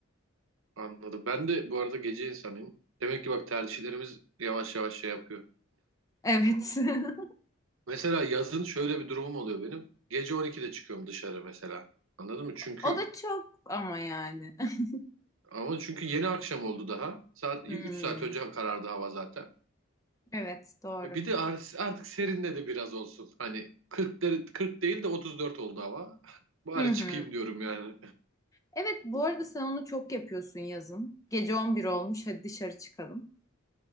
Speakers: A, on the right (about 75°); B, on the left (about 15°).
A: Anladım. Ben de bu arada gece insanıyım. Demek ki bak tercihlerimiz yavaş yavaş şey yapıyor.
B: Evet. <laughs>
A: Mesela yazın şöyle bir durumum oluyor benim. Gece 12'de çıkıyorum dışarı mesela. Anladın mı? Çünkü
B: O da çok ama yani. <laughs>
A: ama çünkü yeni akşam oldu daha. Saat
B: Hmm,
A: e, 3 saat önce karardı hava zaten.
B: evet doğru.
A: E bir de ar- artık serinledi biraz olsun. Hani 40 dere- 40 değil de 34 oldu hava. <laughs> Bari
B: Hı hı.
A: çıkayım diyorum yani.
B: Evet bu arada sen onu çok yapıyorsun yazın. Gece 11 olmuş hadi dışarı çıkalım.